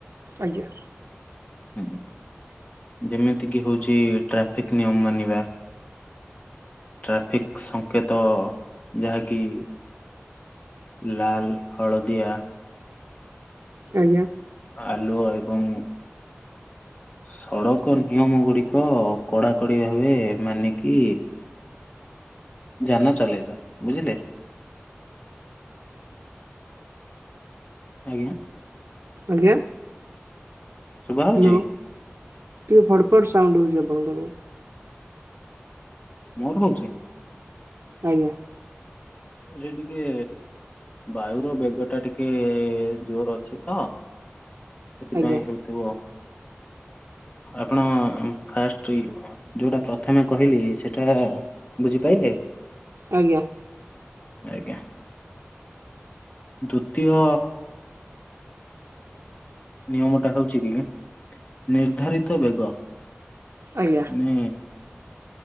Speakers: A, on the right; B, on the left.
A: ଆଜ୍ଞା।
B: <unintelligible> ଯେମିତିକି ହଉଛି ଟ୍ରାଫିକ ନିୟମ ମାନିବା ଟ୍ରାଫିକ ସଂଙ୍କେତ ଯାହାକି ଲାଲ ହଳଦିଆ
A: ଆଜ୍ଞା।
B: ଆଲୁଅ ଏବଂ ସଡକ ନିୟମ ଗୁଡିକ କଡାକଡି ଭାବେ ମାନିକି ଯାନ ଚଲାଇବା। ବୁଝିଲେ। ଆଜ୍ଞା।
A: ଆଜ୍ଞା।
B: ଶୁଭା ଯାଉଚି?
A: ହ୍ୟାଲୋ ଟିକେ ଫଡ୍ ଫଡ୍ ସାଉଣ୍ଡ ହଉଛି ଆପଣଙ୍କର।
B: ମୋର ହଉଚି।
A: ଆଜ୍ଞା।
B: ସେ ଟିକେ ବାୟୁର ବେଗ ଟା ଟିକେ ଜୋର ଅଛି ତ ସେଥିପାଇଁ
A: ଆଜ୍ଞା
B: ହଉଥିବ। ଆପଣ ଫାଷ୍ଟ ଯୋଉଟା ପ୍ରଥମେ କହିଲି ସେଟା ବୁଝିପାରଲେ?
A: ଆଜ୍ଞା।
B: ଆଜ୍ଞା ଦ୍ଵିତୀୟ ନିୟମ ଟା ହଉଛି କି ନିର୍ଦ୍ଧାରିତ ବେଗ।
A: ଆଜ୍ଞା
B: ନେ